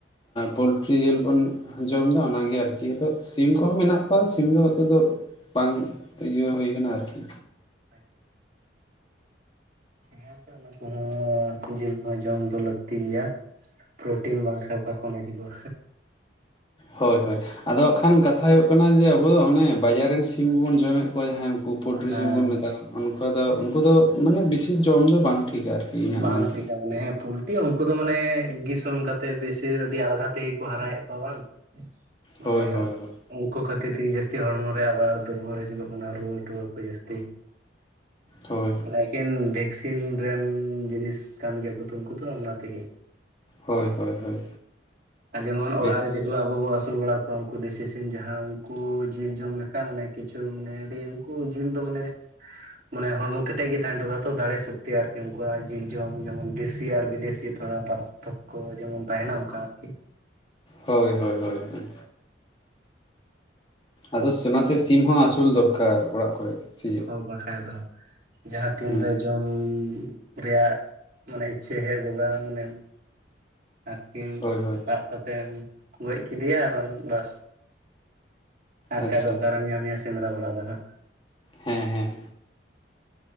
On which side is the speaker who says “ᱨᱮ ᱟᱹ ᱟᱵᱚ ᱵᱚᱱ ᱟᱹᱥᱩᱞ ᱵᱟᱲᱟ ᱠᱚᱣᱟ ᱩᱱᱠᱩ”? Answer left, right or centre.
Right